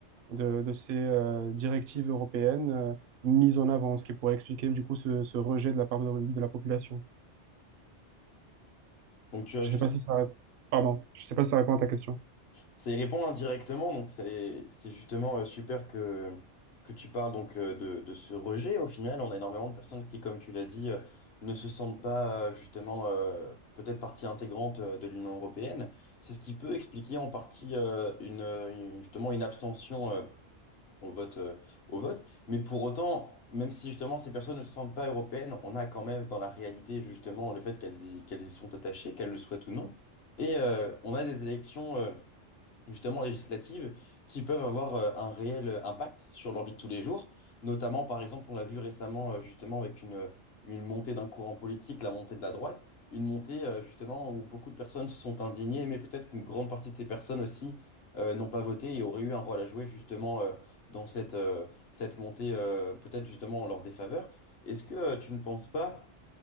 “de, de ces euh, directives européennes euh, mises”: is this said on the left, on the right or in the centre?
Right